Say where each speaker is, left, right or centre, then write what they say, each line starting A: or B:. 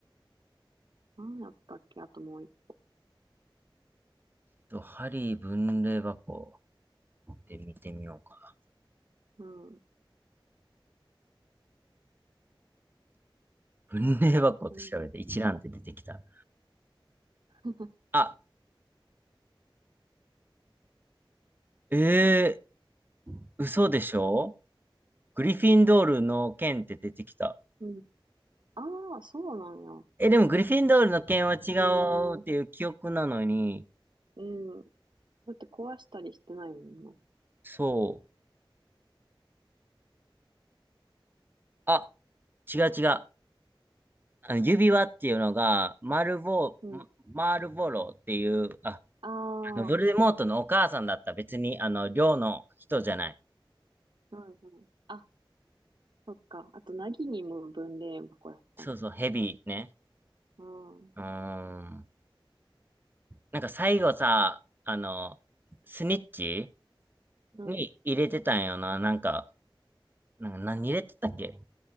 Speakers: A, on the right (about 60°); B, on the right (about 20°).
A: 何やったっけあともう一個。
B: と、ハリー分類箱で見てみようか。
A: うん。
B: 分類箱って調べて一覧って出てきた。
A: うん。<laughs>
B: あ、えー、嘘でしょグリフィンドールの剣って出てきた。
A: うん。ああー、そうなんや。
B: え、でもグリフィンドールの件は違
A: ええ
B: うっていう記憶なのに、
A: うん。だって壊したりしてないもんな。
B: そう。あ、違う違う。あの指輪っていうのが、マルボー、
A: うん
B: ママルボロっていう、あ、
A: ああ、
B: あの、ヴォルデモートのお母さんだった。
A: う
B: 別に、あの、寮の人じゃない。
A: んうん。あ、そっか。あと、なぎにも分霊箱やったんや。
B: そうそう、ヘビーね。
A: うん、
B: うーん。なんか最後さ、あの、スニッチ
A: うん。
B: に入れてたんよな。なんか、なんか何入れてたっけ